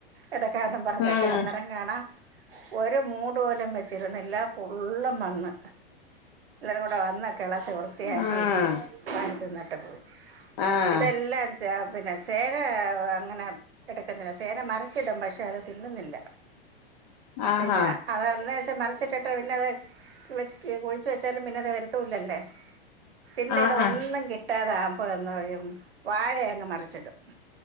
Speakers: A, on the right (about 85°); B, on the left (about 55°).
A: ഇിടക്കണും പറച്ചൊക്കെ
B: ആഹ്
A: അന്നേരം കാണാം ഒരു മൂട് വൊലും വെച്ചിരുന്നില്ല. ഫുള്ളും വന്ന് എല്ലാകുടെ വന്ന കിളച്ച് വൃത്തിയാക്കി..
B: ആഹ്
A: പല. ന്നട്ട് പോയി
B: ആഹ്
A: ഇതെല്ലാം.. ചേ പിന്നെ ചേന അങ്ങനെ എടുക്കുന്നില്ല ചേന മറിച്ചിടും. പഷേ അത് തിന്നുന്നില്ല.
B: ആഹാ
A: പിന്നെ അതന്നച്ച മറിച്ചിട്ട്. പിന്നത്. തുടച്. കിഴി. കുയിച്ച് വെച്ചാലും പിന്നെത് വരുത്തുല്ലല്ലേ.. പിന്നെ
B: ആഹ്
A: ഇത്. ഒന്നും കിട്ടാതാവുമ്പോഴൊയ്യുന്നു വാഴ അങ്ങ് മറിച്ചിടും..